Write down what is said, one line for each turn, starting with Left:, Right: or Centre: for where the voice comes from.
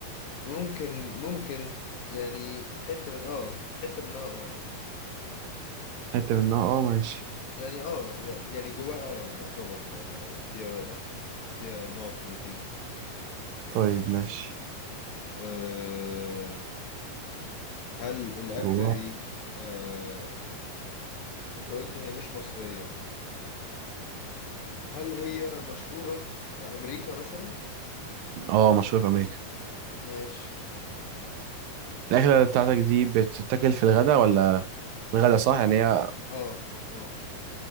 Left: ممكن ممكن يعني حته من اه حته منها اه
Right: حته منها اه ماشي
Left: يعني اه ي- يعني جواها اه يعتبر آه، فيها فيها نوع بروتين
Right: طيب ماشي
Left: أه هل الأكلة
Right: جوه
Left: دي أه أنت قلت هي مش مصرية هل هي مشهورة في أمريكا مثلا؟
Right: اه مشهوره في امريكا
Left: ماشي
Right: الاكله بتاعتك دي بتتاكل في الغداء ولا الغداء صح يعني هي
Left: اه اه